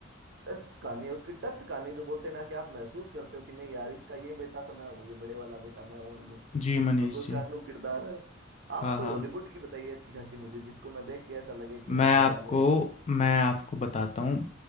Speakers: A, on the right; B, on the left.
A: टच कहानी है उसकी टच कहानी जो बोलते हैं ना कि आप महसूस करते हो कि नहीं यार इसका ये बेटा तो मैं हूँ ये बड़े वाला बेटा मैं हूँ अन्नू
B: जी मनीष
A: मतलब उसका
B: जी
A: अन्नू किरदार है आप
B: हाँ
A: कोई
B: हाँ
A: हॉलीवुड की बताइए अच्छी खासी मुझे जिसको मैं देख के ऐसा लगे कि हाँ
B: मैं
A: मजा
B: आपको
A: आ जाए
B: मैं आपको बताता हूँ